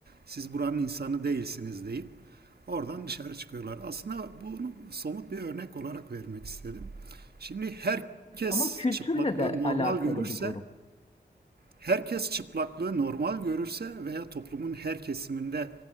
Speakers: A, on the right; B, on the left.
A: Siz buranın insanı değilsiniz deyip oradan dışarı çıkıyorlar. Aslında bunu somut bir örnek olarak vermek istedim. Şimdi herkes
B: Ama kültürle
A: çıplaklığı
B: de
A: normal
B: alakalı
A: görürse
B: bir durum.
A: herkes çıplaklığı normal görürse veya toplumun her kesiminde